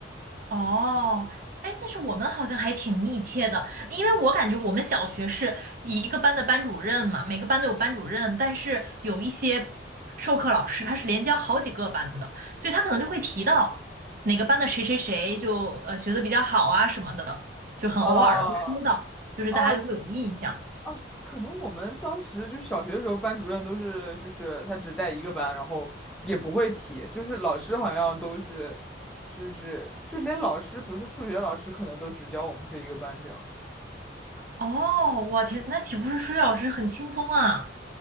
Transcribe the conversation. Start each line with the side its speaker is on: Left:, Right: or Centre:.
Right: 哦，哎，但是我们好像还挺密切的，因为我感觉我们小学是一个班的班主任嘛，每个班都有班主任，但是有一些授课老师他是连教好几个班的，所以他可能就会提到哪个班的谁谁谁就呃学的比较好啊什么的，就很偶尔的会说到，
Centre: 哦
Right: 就是大家就会有印象。
Centre: 哦，哦，可能我们当时就是小学的时候，班主任都是就是他只带一个班，然后也不会提，就是老师好像都是，就是就连老师，比如说数学老师，可能都只教我们这一个班这样。
Right: 哦，我天，那岂不是数学老师很轻松啊？